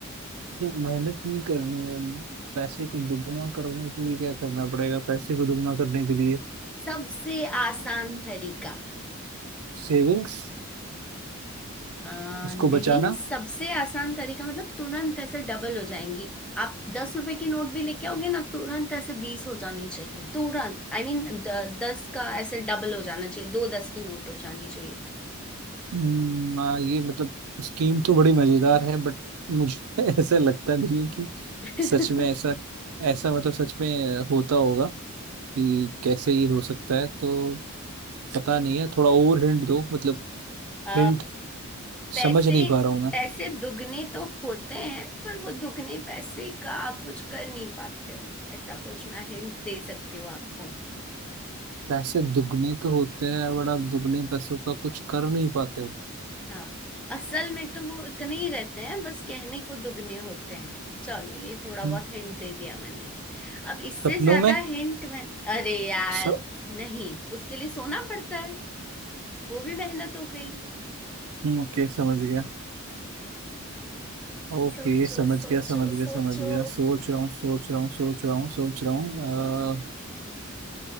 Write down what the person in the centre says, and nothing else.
सबसे आसान तरीका
अ,
नहीं
सबसे आसान तरीका मतलब तुरंत ऐसे डबल हो जाएंगी आप दस रुपए की नोट भी लेके आओगे ना तुरंत ऐसे बीस हो जानी चाहिए तुरंत आई I मीन mean, दस का ऐसे डबल हो जाना चाहिए दो दस की नोट हो जानी चाहिए
<laughs>
अ,
पैसे
पैसे दुगने तो होते हैं पर वो दुगने पैसे का आप कुछ कर नहीं पाते हो ऐसा कुछ मैं हिंट दे सकती हूँ आपको
हाँ असल में तो वो इतने ही रहते हैं बस कहने को दुगने होते हैं चलो ये थोड़ा
बहुत हिंट दे दिया मैंने अब इससे
ज्यादा
हिंट मैं अरे यार
नहीं उसके लिए सोना पड़ता है वो भी मेहनत हो गई
सोचो
सोचो
सोचो